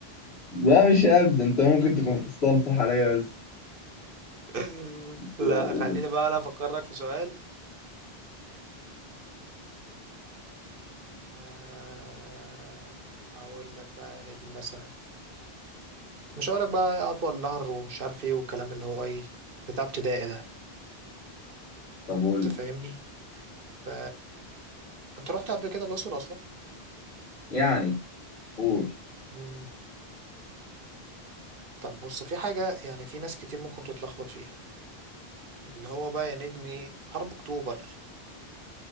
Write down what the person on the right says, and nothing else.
مم.
<laughs> لا
خليني بقى انا افكرك في سؤال آه، اقول لك بقى يا نجم مثلا مش هقول لك بقى اطول نهر ومش عارف ايه والكلام اللي هو ايه بتاع ابتدائي ده
انت
فاهمني ف انت رحت قبل كده الاقصر
اصلا طب بص في حاجة يعني في ناس كتير ممكن تتلخبط فيها اللي هو بقى يا نجمي حرب أكتوبر